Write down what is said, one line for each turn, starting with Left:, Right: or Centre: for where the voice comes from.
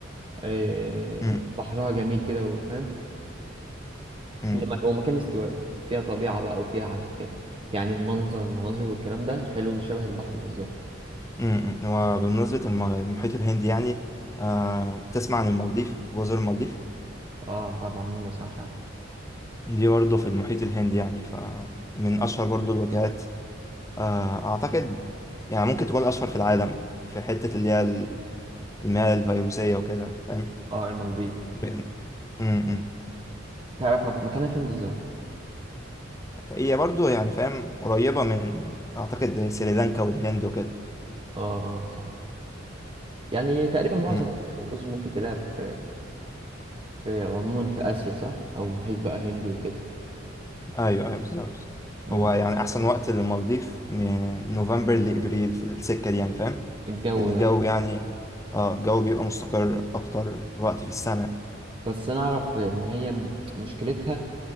Right: آه
Left: أمم،
Right: بحرها جميل كده وفاهم
Left: أمم،
Right: هي مك- هو مكان استوائي فيها طبيعة بقى وفيها حاجات كده يعني المنظر المناظر والكلام ده حلو شبه البحر بالظبط
Left: أمم. وبالنسبة للم- للمحيط الهندي يعني آه، تسمع عن المالديف جزر المالديف
Right: اه طبعا مين ما يسمعش عنه
Left: دي برضه في المحيط الهندي يعني فمن أشهر برضه الوجهات آه، أعتقد يعني ممكن تكون أشهر في العالم في حتة اللي هي ال- المياه الفيروسية وكده فاهم؟
Right: اه المالديف
Left: أمم، أمم.
Right: تعرف مك... مكانها فين بالظبط
Left: هي برضو يعني فاهم قريبة من أعتقد سريلانكا والهند وكده
Right: اه اه صح يعني تقريبا معظم
Left: مم.
Right: الجزر ممكن تلاقيها في... في عموما في آسيا صح أو محيط بقى هندي وكده
Left: أيوه أيوه بالظبط
Right: امم
Left: هو يعني أحسن وقت للمالديف من نوفمبر لإبريل في السكة دي يعني فاهم
Right: الجو
Left: الجو
Right: يعني
Left: يعني اه الجو بيبقى مستقر أكتر وقت في السنة
Right: بس أنا أعرف إن هي م- مشكلتها